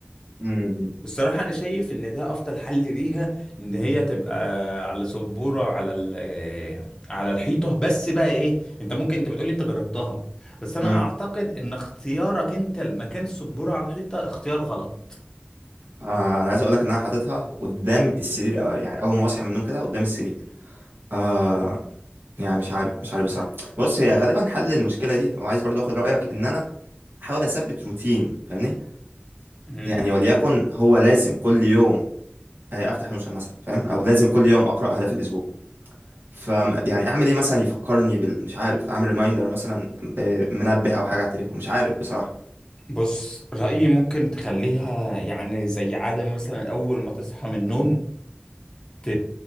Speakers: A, on the right; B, on the left.
A: امم
B: الصراحة أنا شايف إن ده أفضل حل ليها إن هي تبقى على سبورة على ال- آه، على الحيطة بس بقى إيه أنت ممكن أنت بتقولي أنت جربتها بس أنا
A: امم
B: أعتقد إن اختيارك أنت لمكان السبورة على الحيطة اختيار غلط
A: آه انا عايز اقول لك ان انا حاططها قدام السرير آه، يعني اول ما اصحى من النوم كده قدام السرير آه يعني مش عارف مش عارف بصراحه بص هي غالبا حل المشكله دي وعايز برضو اخد رايك ان انا احاول اثبت روتين فاهمني
B: مم.
A: يعني وليكن هو لازم كل يوم آه، افتح نوشن مثلا فاهم او لازم كل يوم اقرا اهداف الاسبوع ف يعني اعمل ايه مثلا يفكرني بال... مش عارف اعمل ريمايندر مثلا آه، منبه او حاجه على التليفون مش عارف بصراحه
B: بص رأيي ممكن تخليها يعني زي عادة مثلا أول ما تصحى من النوم ت...